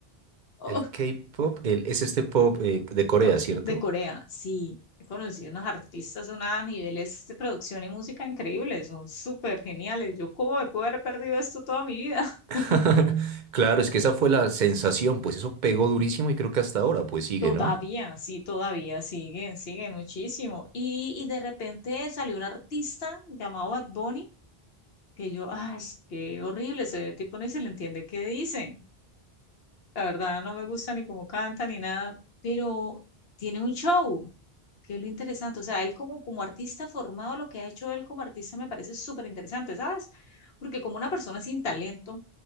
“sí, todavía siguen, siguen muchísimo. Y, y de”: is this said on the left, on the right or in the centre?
Left